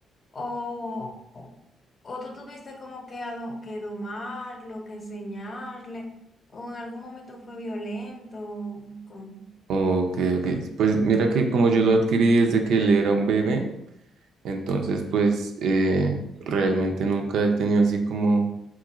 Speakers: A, on the left; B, on the right.
A: o, o, o tú tuviste como que, ado- que domarlo, que enseñarle, o en algún momento fue violento con...
B: ok, ok. Pues mira que como yo lo adquirí desde que él era un bebé, entonces pues eh, realmente nunca he tenido así como